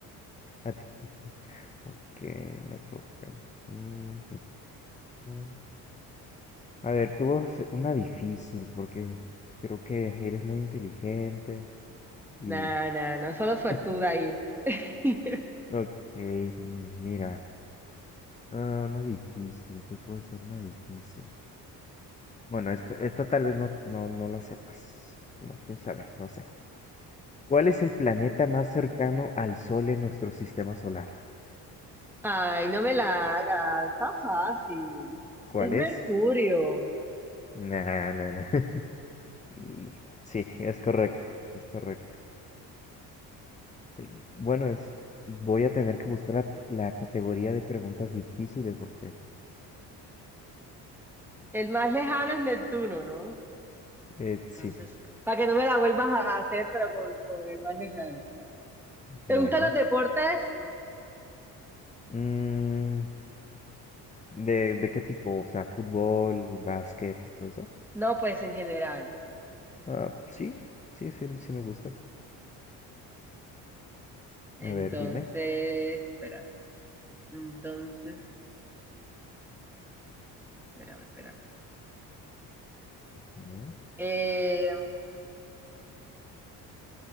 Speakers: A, on the left (about 15°); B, in the centre.
A: A ti- <laughs> Ok, me toca. Mm, <laughs> A ver, tú vas una difícil porque creo que eres muy inteligente y...
B: No, no, no, solo suertuda
A: <laughs>
B: ahí. <laughs>
A: Ok, mm, mira, ah, una difícil, ¿qué puedo hacer una difícil? Bueno, esta, esta tal vez no, no, no la sepas. No, quién sabe, no sé. ¿Cuál es el planeta más cercano al Sol en nuestro sistema solar?
B: Ay, no me la hagas, está fácil.
A: ¿Cuál
B: Es
A: es?
B: Mercurio.
A: Nah, nah, nah. <laughs> Y Sí, es correcto, es correcto. Sí, Bueno, es, voy a tener que buscar la, la categoría de preguntas difíciles porque
B: El más lejano es Neptuno, ¿no?
A: eh, sí,
B: Entonces, para que no me la vuelvas a a hacer, pero con, con el más lejano. ¿Te
A: bueno.
B: gustan los deportes?
A: Mm, ¿de, de qué tipo? O sea, fútbol, básquet, todo eso.
B: No, pues en general.
A: Ah, sí, sí, sí, sí me gusta.
B: Entonces,
A: A ver, dime.
B: espérate. Entonces, espérame, espérame.
A: Ujú,
B: Eh,